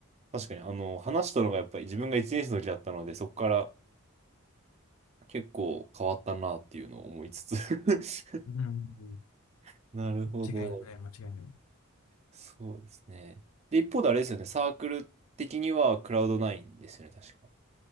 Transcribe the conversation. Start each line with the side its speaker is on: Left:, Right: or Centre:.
Right: 確かに、あの、話したのがやっぱり自分が1年生の時だったので、そこから結構変わったなっていうのを思いつつ
Left: うん、
Right: <laughs> なるほど。
Left: 間違いない、間違いない。
Right: そうですね。で、一方であれですよね。サークル的にはクラウドナインですよね、確か。